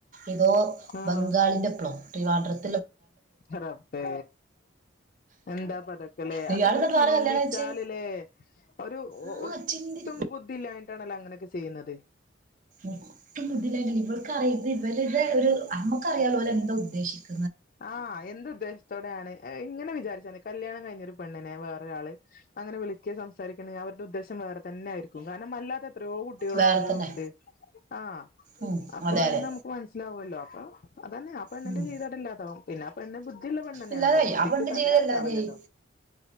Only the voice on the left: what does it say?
ആഹ്
റബ്ബേ എന്താ പതൊക്കെല്ലേ
അതൊക്കെ
ഒന്ന് ചിന്തിച്ചാലല്ലേ
ഒരു
ഒട്ടും
ബുദ്ധി ഇല്ലായിട്ടാണല്ലോ അങ്ങനെയൊക്കെ ചെയ്യുന്നത്.
ആഹ് എന്ത് ഉദ്ദേശത്തോടെയാണ് ഇങ്ങനെ വിചാരിച്ച കല്യാണം കഴിഞ്ഞൊരു പെണ്ണിനെ വേറൊരാൾ അങ്ങനെ വിളിക്കെ സംസാരിക്കണെങ്കിൽ അവരുടെ ഉദ്ദേശം വേറെ തന്നെ ആയിരിക്കും കാരണം അല്ലാത്ത എത്രയോ കുട്ടികളോ
ആളുകളും
ഉണ്ട് ആഹ്
അപ്പൊ
അതിന്ന്
നമുക്ക് മനസ്സിലാവൊല്ലോ അപ്പൊ അതന്നെ ആ പെണ്ണിന്റെ
ജീവിതതില്ലാ താകും പിന്നെ ആ പെണ്ണ് ബുദ്ധിയിള്ള പെണ്ണെന്നെണല്ലോ
ബുദ്ധിക്ക്
തകരാറില്ല
ആളല്ലല്ലോ